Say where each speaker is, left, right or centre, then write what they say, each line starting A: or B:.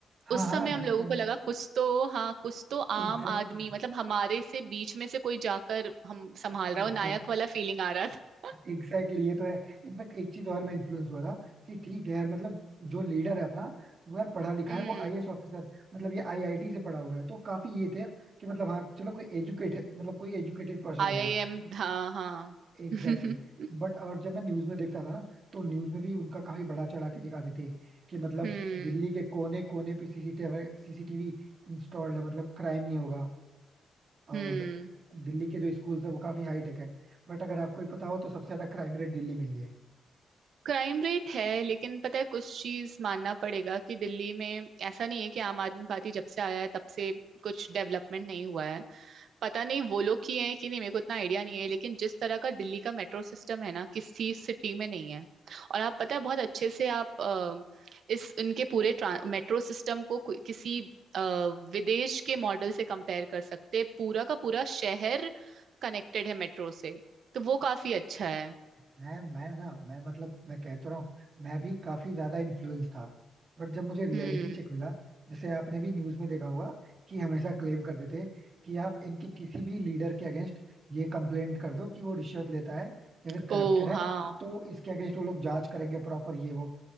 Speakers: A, on the right; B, on the right.
A: हाँ
B: उस
A: हाँ
B: समय हम
A: जिस
B: लोगों
A: टाइम
B: को लगा कुछ तो हाँ कुछ तो आम
A: एग्जैक्टली
B: आदमी मतलब हमारे से बीच में से कोई जाकर हम संभाल रहा
A: एग्जैक्टली
B: हो नायक वाला फीलिंग आ रहा था
A: एग्जैक्टली ये तो है इनफैक्ट एक चीज और मैं इन्फ्लुएंस हुआ था कि ठीक है यार मतलब जो लीडर है अपना वो यार पढ़ा लिखा
B: हम्म
A: है वो आईएएस ऑफिसर मतलब ये आईआईटी से पढ़ा हुआ है तो काफी ये थे कि मतलब हाँ चलो कोई एजुकेटेड मतलब कोई एजुकेटेड पर्सन
B: आई
A: गया
B: आई
A: है
B: एम हाँ हाँ
A: Exactly exactly.
B: <laughs>
A: बट और जब मैं न्यूज में देखता था ना तो न्यूज में भी उनका काफी बढ़ा चढ़ा के दिखाते थे कि मतलब
B: हम्म
A: दिल्ली के कोने कोने पे सीसीटीवी सीसीटीवी इंस्टॉल्ड है मतलब क्राइम नहीं होगा और
B: हम्म
A: दिल्ली के जो स्कूल्स है वो काफी हाई टेक है बट अगर आपको ही पता हो तो सबसे ज्यादा क्राइम रेट दिल्ली में ही है
B: क्राइम रेट है लेकिन पता है कुछ चीज मानना पड़ेगा कि दिल्ली में ऐसा नहीं है कि आम आदमी पार्टी जब से आया है तब से कुछ डेवलपमेंट नहीं हुआ है पता नहीं वो लोग किए हैं कि नहीं मेरे को इतना आइडिया नहीं है लेकिन जिस तरह का दिल्ली का मेट्रो सिस्टम है ना किसी सिटी में नहीं है और आप पता है बहुत अच्छे से आप अ, इस इनके पूरे मेट्रो सिस्टम को कोई- किसी अ, विदेश के मॉडल से कंपेयर कर सकते हैं पूरा का पूरा शहर कनेक्टेड है मेट्रो से तो वो काफी अच्छा है
A: मैं मैं ना मैं मतलब मैं कह तो रहा हूँ मैं भी काफी ज्यादा इन्फ्लुएंस था बट जब मुझे रियलिटी
B: हम्म
A: चेक मिला जैसे आपने भी न्यूज में देखा होगा कि हमेशा क्लेम करते थे कि आप इनके किसी भी लीडर के अगेंस्ट ये कंप्लेंट कर दो कि वो रिश्वत लेता है या फिर करप्टेड
B: ओ
A: है
B: हाँ
A: तो इसके अगेंस्ट वो लोग जांच करेंगे प्रॉपर ये वो